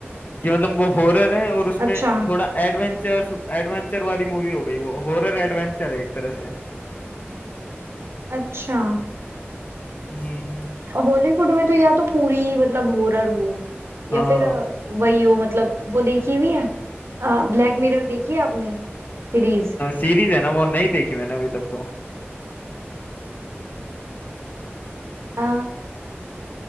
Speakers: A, on the left; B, on the right.
A: कि मतलब वो हॉरर है और उसमें
B: अच्छा
A: थोड़ा एडवेंचर एडवेंचर वाली मूवी हो गई वो हॉरर एडवेंचर है एक तरह से
B: अच्छा
A: हम्म
B: हॉलीवुड में तो या तो पूरी मतलब हॉरर हो
A: हाँ
B: या फिर अ, वही हो मतलब वो देखी हुई है ब्लैक मिरर देखी है आपने सीरीज
A: सीरीज है ना वो नहीं देखी मैंने अभी तक तो
B: अ,